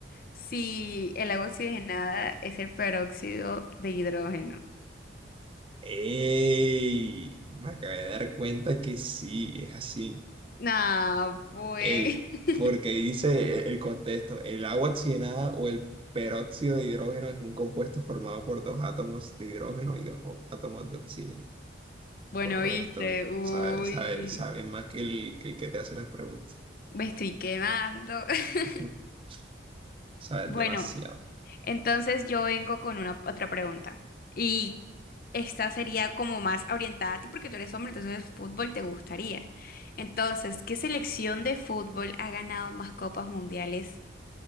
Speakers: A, on the left; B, on the right.
A: si el agua oxigenada es el peróxido de hidrógeno.
B: ¡Ey! Me acabé de dar cuenta que sí, es así.
A: No, pues.
B: El,
A: <laughs>
B: porque dice el el contexto, el agua oxigenada o el peróxido de hidrógeno es un compuesto formado por dos átomos de hidrógeno y dos o- átomos de oxígeno.
A: Bueno,
B: Correcto.
A: viste. Uy.
B: Sabe, sabe, sabe más que el, que el que te hace las preguntas.
A: Me estoy quemando. <laughs>
B: <laughs> Sabes
A: Bueno,
B: demasiado.
A: entonces yo vengo con una otra pregunta. Y esta sería como más orientada a ti porque tú eres hombre, entonces fútbol te gustaría. Entonces, ¿qué selección de fútbol ha ganado más copas mundiales?